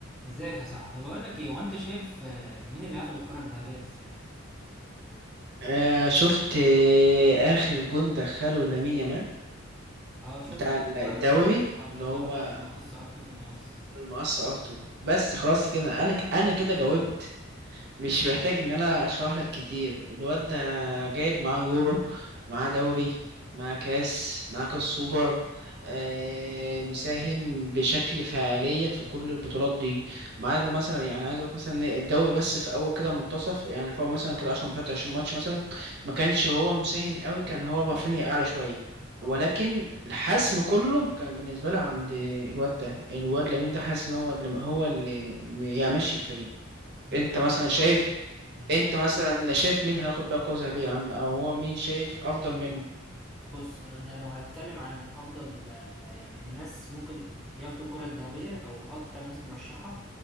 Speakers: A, in the centre; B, on the right.
A: ازيك يا صاحبي بقول لك ايه هو انت شايف آه، مين اللي هياخد الكرة الذهبية السنة دي
B: آه شفت آه آخر جون دخله لامين يامال
A: اه شفت
B: بتاع
A: اللي هو
B: الدوري
A: اه في
B: اللي
A: الدوري
B: هو
A: اللي هو في المقص ار في المقص
B: المقص ارتو بس خلاص كده انا ك- انا كده جاوبت مش محتاج ان انا اشرح لك كتير الواد ده جايب معاه يورو معاه دوري معاه كاس معاه كاس سوبر آه مساهم بشكل فعالية في كل البطولات دي ما عدا مثلا يعني عايز اقول لك مثلا إن الدوري بس في اول كده منتصف يعني في اول مثلا كده 10 ماتشات 20 ماتش مثلا ما كانش هو مساهم قوي كان هو رافينيا اعلى شوية
A: اه
B: ولكن الحسم كله كان بالنسبة لي عند الواد ده الواد لامين ده حاسس ان هو اللي هو اللي يمشي الفريق
A: انت
B: انت
A: عندك
B: مثلا شايف
A: حق مم.
B: انت مثلا شايف مين هياخد بقى كرة ذهبية عنه او هو مين شايف افضل منه
A: بص انا لو هتكلم عن افضل آه، يعني ناس ممكن ياخدوا الكرة الذهبية او اكتر ناس مرشحة